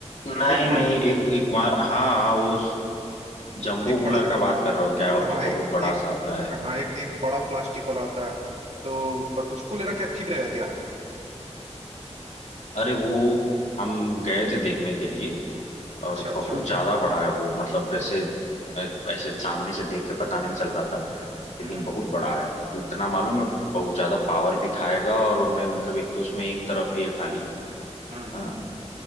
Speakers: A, on the left; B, on the right.
A: नहीं
B: एक बड़ा
A: नहीं एक एक मार हाँ हाँ वो जंबो
B: एक
A: कूलर
B: बड़ा
A: का बात कर रहा हूँ क्या वो
B: हाँ
A: जो
B: ए,
A: बहुत बड़ा
B: एक
A: सा आता है
B: हाँ एक एक बड़ा प्लास्टिक वाला आता है तो प- उसको लेना क्या ठीक रहेगा क्या
A: अरे वो हम गए थे देखने के लिए
B: अच्छा
A: और
B: अच्छा
A: बहुत ज्यादा बड़ा है वो मतलब जैसे अ, ऐसे सामने से देख के पता नहीं चल रहा था लेकिन
B: हम्म हम्म
A: बहुत बड़ा है उतना मालूम है बहुत ज्यादा पावर भी खाएगा और हमें मतलब एक तो उसमें एक तरफ ही है खाली
B: हम्म
A: हाँ
B: हम्म, हम्म।